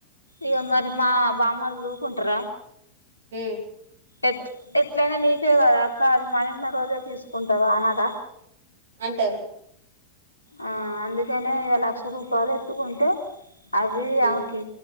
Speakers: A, on the left (about 80°); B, on the right (about 60°).
A: ఇగ మరి మా బామ్మలు ఊరుకుంటార
B: హ
A: ఎట్ ఎట్లయినా నీటే కదా అక్క అది మన ఉన్న రోజే తీసుకుంటావా అనార
B: అంటారు
A: ఆ అందుకనే ఇ లక్ష రూపాయలు ఎత్తుకుంటే అవి
B: ఉమ్
A: ఆమెకి